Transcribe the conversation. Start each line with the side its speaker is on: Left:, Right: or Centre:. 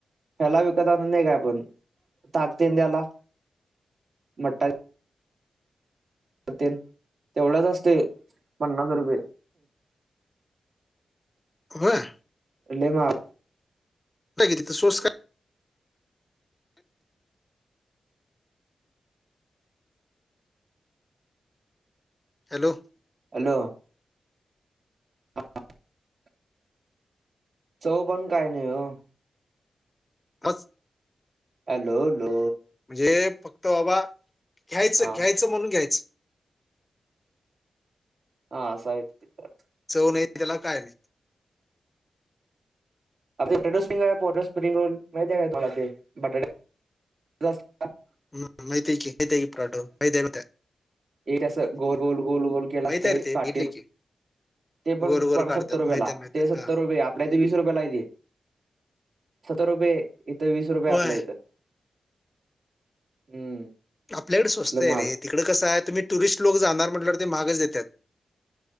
Right: ह्याला विकत नाही काय आपण ताक तेन द्यायला मट्टा वि् तेन तेवढाच असतोय पन्नास रुपय.
Left: होय.
Right: लय मा्
Left: तर तिथं स्वस् काय? हॅलो
Right: हॅलो <unintelligible> चव पण काय नाही हो.
Left: मस्
Right: हॅलो लो
Left: जे फक्त बाबा घ्यायचं
Right: हा
Left: घ्यायचं म्हणून घ्यायचं.
Right: हा असं आहेत तिथ.
Left: चव नाही त्याला काय नाही.
Right: अ बटाटो स्पिंग आहे बटाटो स्पिंग रोल माहिती आहे का तुमला ते बटाटा जस. <unintelligible>
Left: हम्म माहिती आहे की माहिती आहे की बटाटो माहित हाय माहिती हाय
Right: एक अस गोल गोल गोल गोल केलेलं
Left: माहिती
Right: असतय
Left: आहे रे ते
Right: काटेत
Left: बघितलंय की.
Right: ते
Left: गोल-गोल
Right: पण
Left: काढतात.
Right: सत्तर रुपयेला,
Left: माहिती आहे, माहिती
Right: ते सत्तर
Left: आहे. हां.
Right: रुपये आप् आपल्या इथे वीस रुपययाला ते, सत्तर रुपये इथं वीस रुपये
Left: होय.
Right: आपल्या इथं. हम्म.
Left: आपल्याकडे स्वस्त
Right: असलं
Left: आहे
Right: महाग
Left: रे तिकडे कसं आहे तुम्ही टुरिस्ट लोक जाणार म्हटल्यावर ते महागच देतात.